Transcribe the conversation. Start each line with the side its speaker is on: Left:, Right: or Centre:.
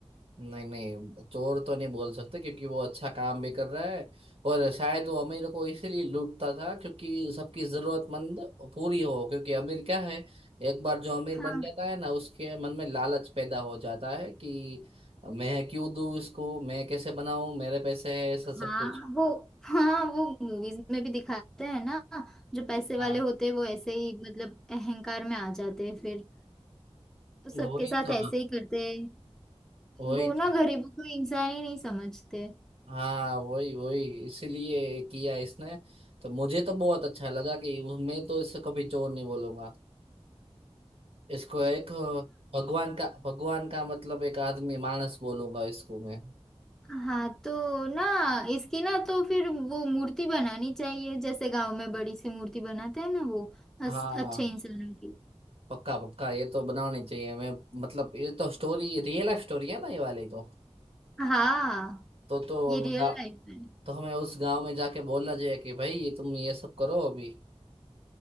Right: नहीं नहीं चोर तो नहीं बोल सकते क्योंकि वो अच्छा काम भी कर रहा है और शायद वो अमीर को इसीलिए लूटता था क्योंकि सबकी जरूरतमंद पूरी हो क्योंकि अमीर क्या है एक बार जो अमीर
Centre: हाँ
Right: बन जाता है ना उसके मन में लालच पैदा हो जाता है कि मैं क्यों दूं इसको मैं कैसे बनाऊं मेरे पैसे है ऐसा
Centre: हाँ
Right: सब कुछ
Centre: वो हाँ वो मूवीज में भी दिखाते हैं ना जो पैसे वाले
Right: हाँ
Centre: होते हैं वो ऐसे ही मतलब अहंकार में आ जाते हैं फिर वो सबके
Right: वही
Centre: साथ
Right: तो
Centre: ऐसे ही करते हैं
Right: वही
Centre: वो
Right: तो
Centre: ना गरीबों को इंसान ही नहीं समझते
Right: हाँ वही वही इसीलिए किया इसने तो मुझे तो बहुत अच्छा लगा कि मैं तो इससे कभी चोर नहीं बोलूंगा इसको एक भगवान का भगवान का मतलब एक आदमी मानस बोलूंगा इसको मैं
Centre: हाँ तो ना इसकी ना तो फिर वो मूर्ति बनानी चाहिए जैसे गांव में बड़ी सी मूर्ति बनाते हैं ना वो अस,
Right: हाँ
Centre: अच्छे इंसानों की
Right: पक्का पक्का ये तो बनानी चाहिए मैं मतलब ये तो स्टोरी रियल लाइफ स्टोरी है ना ये वाली तो
Centre: हाँ
Right: तो तो
Centre: ये
Right: हम
Centre: रियल
Right: गा-
Centre: लाइफ है
Right: तो हमें उस गांव में जाके बोलना चाहिए कि भाई ये तुम ये सब करो अभी